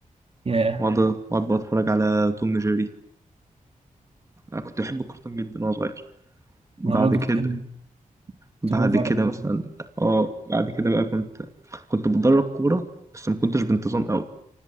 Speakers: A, on the right; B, on the right.
A: ياه
B: واقعد واقعد بتفرج على توم جيري انا كنت بحب الكرتون جدا وانا صغير بعد
A: ما أنا برضه
B: كده
A: كنت بحب
B: بعد
A: كنت بحب
B: كده
A: أتفرج
B: مثلا
A: على-
B: اه بعد كده بقى كنت كنت بتدرب كورة بس ما كنتش بانتظام قوي